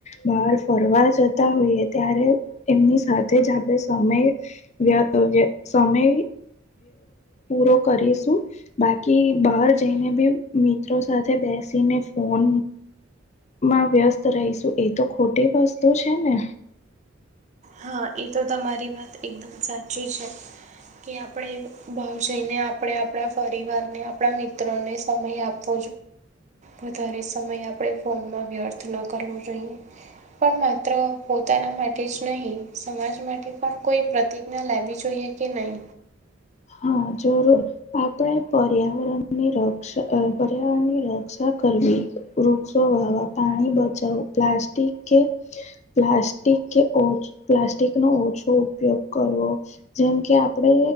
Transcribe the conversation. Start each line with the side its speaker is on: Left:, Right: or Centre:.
Left: બાર ફરવા જતા હોઈએ ત્યારે એમની સાથે જ આપણે સમય વ વ સમય પૂરો કરીશું બાકી બહાર જેને બી મિત્રો સાથે બેસીને ફોન માં વ્યસ્ત રહીશું એ તો ખોટી વસ્તુ છે ને
Right: હા એ તો તમારી વાત એકદમ સાચી છે. કે આપણે ભાવ જઈને આપણે આપણા પરિવાર ને આપણા મિત્રોને સમય આપ વધારે સમય આપણે ફોનમાં વ્યર્થ ન કરવો જોઈએ. પણ માત્ર પોતાના માટે જ નહીં સમાજ માટે પણ કોઈ પ્રતિજ્ઞા લેવી જોઈએ કે નહી?
Left: હા જરૂર. આપણે પર્યાવરણની રક્ષા પર્યાવરણની રક્ષા કરવી. વૃક્ષો વાવા પાણી બચાવો પ્લાસ્ટિક કે પ્લાસ્ટિક કે પ્લાસ્ટિક નો ઓછો ઉપયોગ કરવો. જેમ કે આપડે